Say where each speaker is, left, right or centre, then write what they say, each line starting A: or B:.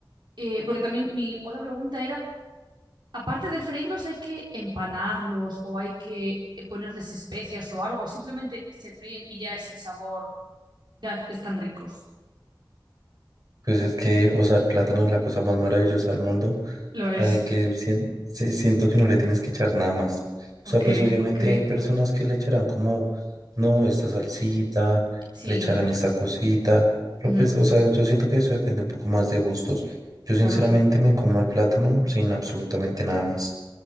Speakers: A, on the right (about 65°); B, on the right (about 50°).
A: eh, porque también mi otra pregunta era, aparte de freírlos, ¿hay que empanarlos o hay que eh, ponerles especias o algo? ¿O Simplemente se fríen y ya es el sabor, ya están ricos.
B: Pues es que, o sea, el plátano es la cosa más maravillosa del mundo
A: Lo es.
B: la de que sien- se- siento que no le tienes que echar nada más. O
A: Ok,
B: sea, pues obviamente
A: ok.
B: hay personas que le echarán como, no, esta salsita,
A: Sí,
B: le echarán esta cosita, pero
A: Ujú,
B: pues, o sea, yo siento que eso depende un poco más de gustos. Yo sinceramente
A: claro.
B: me como el plátano sin absolutamente nada más.